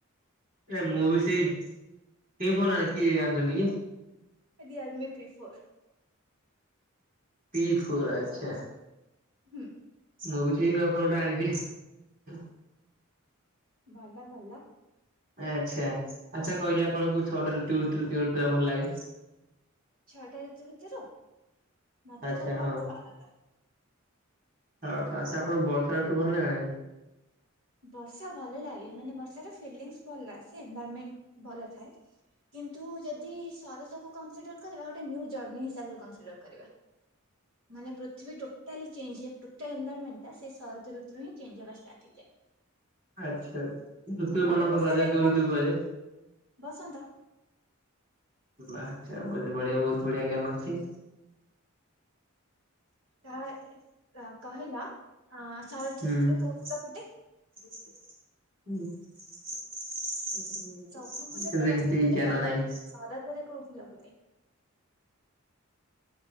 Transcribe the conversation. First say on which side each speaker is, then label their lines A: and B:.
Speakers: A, on the right; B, on the right.
A: ଆରେ ମୁଁ ବି ସେଇ କି ଫୋନ ଆଣି ଆଣିଛନ୍ତି କି?
B: Realme P four.
A: P four ଆଚ୍ଛା।
B: ହୁଁ।
A: ମୁଁ ବି ସେଇ ନୂଆ ଫୋନ ଗୋଟେ ଆଣିଛି।
B: ଭଲ ଭଲ।
A: ଆଚ୍ଛା ଆଚ୍ଛା କହିଲ ଆପଣଙ୍କୁ ଛଅଟା ଋତୁ ଭିତରୁ କେଉଁ ଋତୁ ଟା ଭଲ ଲାଗେ।
B: ଛଅଟା ଋତୁ ଭିତରୁ ମତେ
A: ଆଛା
B: ଭଲ ଲାଗେ
A: ହଁ
B: ଶରତ।
A: ଆଚ୍ଛା ଆପଣଙ୍କୁ ବର୍ଷା ଋତୁ ଭଲ ଲାଗେ ନା ନାଇଁ।
B: ବର୍ଷା ଭଲ ଲାଗେ ମାନେ ବର୍ଷା ର ଫିଲିଙ୍ଗ୍ସ ଭଲ ଆସେ ଏନଭରମେଣ୍ଟ ଭଲ ଥାଏ। କିନ୍ତୁ ଯଦି ଶରତକୁ କନସିଡର କରିବା ଗୋଟେ ନିଉ ଜର୍ଣି ହିସାବରେ କନସିଡର କରିବା। ମାନେ ପୃଥିବୀ ଟୋଟାଲି ଚେଞ୍ଜ ହୁଏ ଟୋଟାଲ ଏନଭ ରନମେଣ୍ଟ ଟା ସେ ଶରତ ଋତୁ ରେ ହିଁ ଟୋଟାଲ ଚେଞ୍ଜ ହବା ଷ୍ଟାର୍ଟ ହେଇଯାଏ।
A: ଆଚ୍ଛା ଋତୁ
B: ଖରା
A: ମାନଙ୍କର
B: ବର୍ଷାର
A: ରାଜା
B: ଏନଭାରମେଣ୍ଟ
A: କେଉଁ ଋତୁ କୁ କୁହାଯାଏ।
B: ବସନ୍ତ
A: ବାଃ ଆଛା ବହୁତ ବଢିଆ ବହୁତ ବଢିଆ ଜ୍ଞାନ ଅଛି।
B: ତାହା ହେଲେ ତ କହିଲା ଅ ଶରତ
A: ହୁଁ।
B: ଋତୁରେ କୋଉ ଫୁଲ ଫୁଟେ? ସବୁ ଫୁଲ
A: ଏମିତି
B: ତ ବସନ୍ତରେ
A: ଜ୍ଞାନ
B: ଭଲ
A: ନାହିଁ।
B: ଫୁଟେ ଶରତରେ କୋଉ ଫୁଲ ଫୁଟେ।